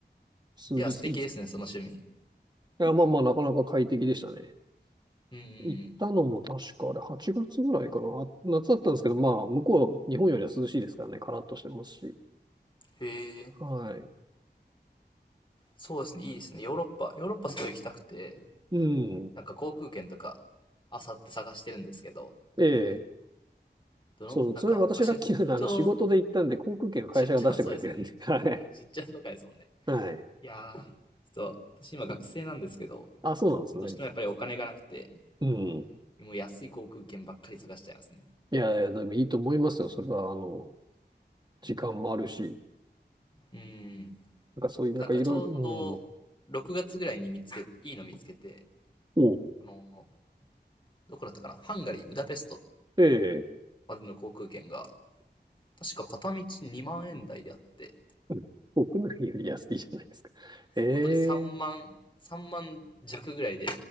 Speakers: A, on the right; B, on the left.
A: 数日、
B: いや、素敵ですね、
A: いつ、い
B: その趣味。
A: や、まあまあなかなか快適でしたね。
B: うんう
A: 行ったのも確かあれ8月ぐらいかな。
B: ん
A: あ夏だったんですけど、まあ向こう、日本よりは涼しいですからね、カラッとしてますし。
B: うん。へえ、
A: はい。
B: そうですね、いいですね。ヨーロッパ、ヨーロッパすごい行きたくて、
A: うん。
B: なんか航空券とか、あさって探してるんですけど、
A: ええ
B: どの、
A: そう、
B: なんか、
A: それ私ラッキーなのは、
B: まあ、出張、
A: あの、仕事で行ったんで、航空券は会社が出してくれてるんで。
B: 出張、そうですよね。
A: <laughs> はい。
B: 出張とかですもんね。
A: はい。
B: いやー、ちょっと、私今学生なんですけど、
A: あ、そうなんですね。
B: どうしてもやっぱりお金がなくて、
A: うん。
B: もう安い航空券ばっかり探しちゃいますね。
A: いやいや、でもいいと思いますよ。それは、あの、時間もあるし、
B: うーん。
A: なんかそういう、なんかいろいろ、
B: なんかちょうど、
A: うん。
B: 6月ぐらいに見つけ、いいの見つけて、
A: お、
B: この、どこだったかなハンガリー、ブダペスト
A: ええ、
B: までの航空券が、確か片道2万円台であって、
A: うん国内より安いじゃないですか。ええ、
B: 本当に3万、3万弱ぐらいで